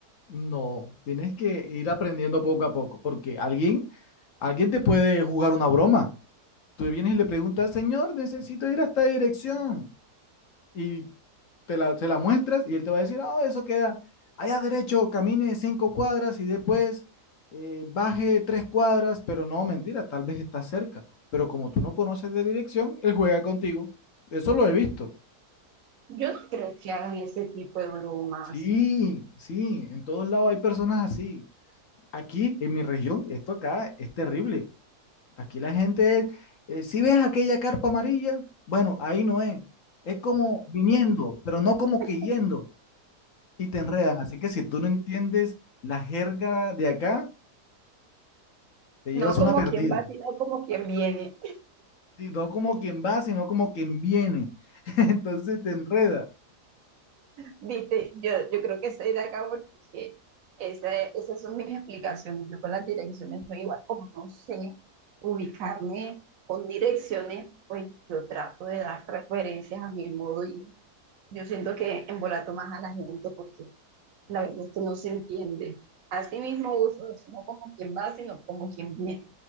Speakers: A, on the left; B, on the right.
A: No, tienes que ir aprendiendo poco a poco, porque alguien, alguien te puede jugar una broma. Tú vienes y le preguntas, Señor, necesito ir a esta dirección. Y te la, se la muestras y él te va a decir, ah, oh, eso queda allá derecho, camine cinco cuadras y después eh, baje tres cuadras, pero no, mentira, tal vez está cerca. Pero como tú no conoces de dirección, él juega contigo. Eso lo he visto.
B: Yo no creo que hagan ese tipo de bromas.
A: Sí, sí, en todos lados hay personas así. Aquí, en mi región, esto acá es terrible. Aquí la gente es, eh, si ves aquella carpa amarilla, bueno, ahí no es. Es como viniendo, pero no como
B: <laughs>
A: que yendo y te enredan. Así que si tú no entiendes la jerga de acá, te
B: No
A: llevas
B: como
A: una perdida.
B: quien va, sino como quien viene.
A: Sí, no como quien va, sino como quien viene. <laughs> Entonces te enreda.
B: Viste, yo, yo creo que soy de acá porque esa- esas son mis explicaciones. Yo con las direcciones soy igual, como no sé ubicarme con direcciones, pues yo trato de dar referencias a mi modo y yo siento que embolato más a la gente porque la verdad es que no se entiende. Así mismo uso eso, no como quien va, sino como quien viene.